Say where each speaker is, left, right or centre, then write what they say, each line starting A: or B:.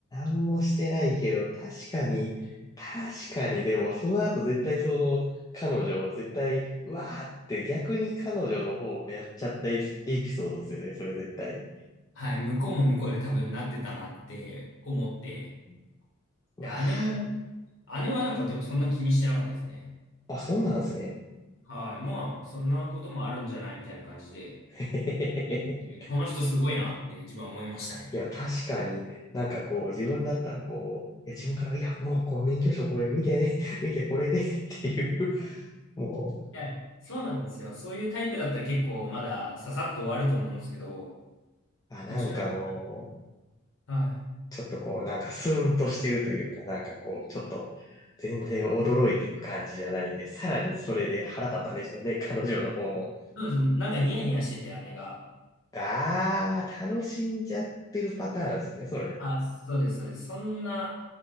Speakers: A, on the left; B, on the left.
A: もしてないけど、確かに、確かに、でも、その後絶対その、彼女を絶対、うわーって逆に彼女の方をやっちゃったエピエピソードですよね、それ絶対。
B: はい、向こうも向こうで多分なってたなって思って、
A: まあ、
B: で、姉も、姉はなんかでもそんな気にしてなかったですね。
A: あ、そうなんですね。
B: はい、まあ、そんなこともあるんじゃないみたいな感じで、
A: <laughs>
B: いいいいこの人すごいなって自分は思いましたね。
A: いや、確かになんかこう、自分だったらこう、いや、自分から、いや、もうこう、免許証これ見てね、<laughs> 見てこれでっていう、も
B: いや、そうなんですよ。そういうタイプだったら結構まだささっと終わると思うんですけど、
A: う、あ、なんかもう、
B: うちの姉、はい。
A: ちょっとこう、なんかスーンとしてるというか、なんかこう、ちょっと、全然驚いてる感じじゃないんで、さらにそれで腹立ったんでしょうね、彼女の方も。
B: そうです。なんかニヤニヤしてて、姉が。
A: あー、楽しんじゃってるパターンですね、それ。
B: あ、そうです、そうです。そんな、